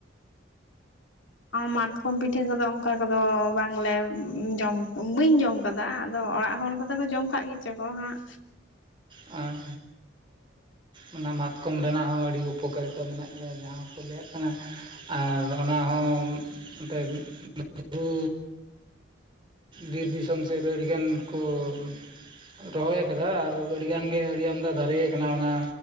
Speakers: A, on the left; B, on the right.
A: ᱢᱟᱛᱠᱚᱢ ᱯᱤᱴᱷᱟᱹ ᱠᱚᱫᱚ ᱚᱱᱠᱟ ᱠᱚᱫᱚ ᱵᱟᱝ ᱞᱮ ᱡᱚᱢ ᱵᱟᱹᱧ ᱡᱚᱢ ᱠᱟᱫᱟ᱾ ᱟᱫᱚ ᱚᱲᱟᱜ ᱦᱚᱲ ᱠᱚᱫᱚ ᱠᱚ ᱡᱚᱢ ᱠᱟᱜ ᱜᱮ ᱪᱚ ᱠᱚ ᱦᱟᱸᱜ᱾
B: ᱟᱨ ᱚᱱᱟ ᱢᱟᱛᱠᱚᱢ ᱨᱮᱱᱟᱜ ᱦᱚᱸ ᱟᱹᱰᱤ ᱩᱯᱚᱠᱟᱨᱤᱛᱟ ᱢᱮᱱᱟᱜ ᱜᱮᱭᱟ᱾ᱡᱟᱦᱟᱸ ᱠᱚ ᱞᱮᱭᱟᱜ ᱠᱟᱱᱟ, ᱟᱨ ᱚᱱᱟ ᱦᱚᱸ ᱚᱛᱮ ᱵᱩᱨᱩ ᱵᱤᱨ ᱫᱤᱥᱚᱢ ᱥᱮᱫ ᱨᱮ ᱟᱹᱰᱤ ᱜᱟᱱ ᱠᱚ ᱨᱚᱦᱚᱭ ᱟᱠᱟᱫᱟ, ᱟᱨ ᱟᱹᱰᱤ ᱜᱟᱱ ᱜᱮ ᱟᱹᱰᱤ ᱟᱢᱫᱟ ᱫᱟᱨᱮ ᱟᱠᱟᱱᱟ᱾ ᱚᱱᱟ